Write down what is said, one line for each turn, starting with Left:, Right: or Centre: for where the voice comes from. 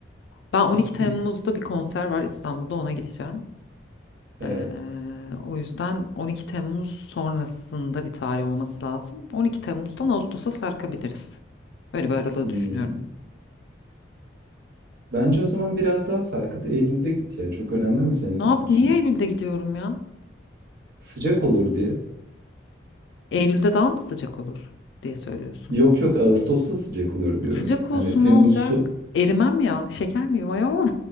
Left: ben 12
Right: <laughs>
Left: Temmuz'da bir konser var İstanbul'da ona gideceğim.
Right: evet.
Left: Ee, o yüzden 12 Temmuz sonrasında bir tarih olması lazım. 12 Temmuz'dan Ağustos'a sarkabiliriz. Böyle bir aralığı
Right: Hmm.
Left: düşünüyorum.
Right: Bence o zaman biraz daha sarkıt Eylül'de git ya. Çok önemli mi senin
Left: Ne yap?
Right: için?
Left: Niye Eylül'de gidiyorum ya?
Right: Sıcak olur diye.
Left: Eylül'de daha mı sıcak olur diye söylüyorsun.
Right: Yok yok Ağustos'ta sıcak olur diyorum.
Left: Sıcak olsun
Right: Hani Temmuz'u.
Left: ne olacak? Erimem ya. Şeker miyim ayol?